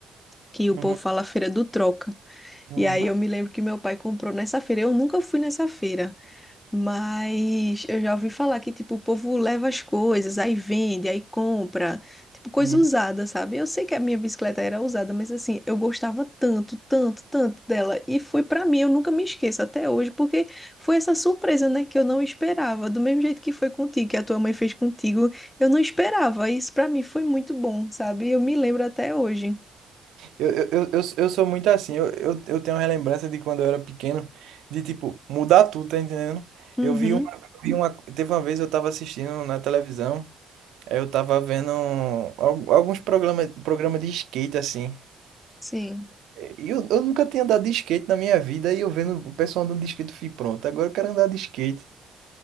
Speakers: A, on the left; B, on the right.
A: que o
B: Uhum,
A: povo fala Feira do Troca.
B: uhum,
A: E aí eu me lembro que meu pai comprou nessa feira. Eu nunca fui nessa feira. Mas eu já ouvi falar que, tipo, o povo leva as coisas, aí vende, aí compra, tipo, coisa
B: uhum.
A: usada, sabe? Eu sei que a minha bicicleta era usada, mas assim, eu gostava tanto, tanto, tanto dela. E foi pra mim, eu nunca me esqueço até hoje, porque foi essa surpresa, né, que eu não esperava. Do mesmo jeito que foi contigo, que a tua mãe fez contigo, eu não esperava. Isso pra mim foi muito bom, sabe? Eu me lembro até hoje.
B: Eu, eu, eu, eu eu sou muito assim, eu, eu, eu tenho uma relembrança de quando eu era pequeno, de tipo, mudar tudo, tá entendendo?
A: Uhum,
B: Eu vi uma, eu vi uma, teve uma vez eu tava assistindo na televisão, aí eu tava vendo al- alguns programas, programa de skate assim.
A: sim.
B: E eu, eu nunca tinha andado de skate na minha vida, e eu vendo o pessoal andando de skate, eu fui pronto, agora eu quero andar de skate.